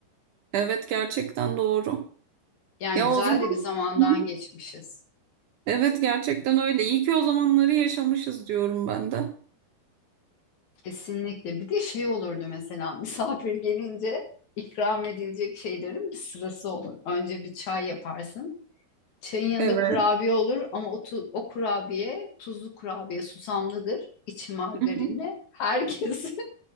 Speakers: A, on the right; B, on the left.
A: Evet, gerçekten doğru.
B: Yani
A: Ya
B: güzel
A: o zaman
B: de bir zamandan
A: Hı hı.
B: geçmişiz.
A: evet gerçekten öyle. İyi ki o zamanları yaşamışız diyorum ben de.
B: Kesinlikle. Bir de şey olurdu mesela <laughs> misafir gelince ikram edilecek şeylerin bir sırası olur. Önce bir çay yaparsın. Çayın yanında
A: Evet.
B: kurabiye olur ama o, tu- o kurabiye tuzlu kurabiye susamlıdır. İçi margarinli.
A: Hı hı.
B: Herkes <laughs>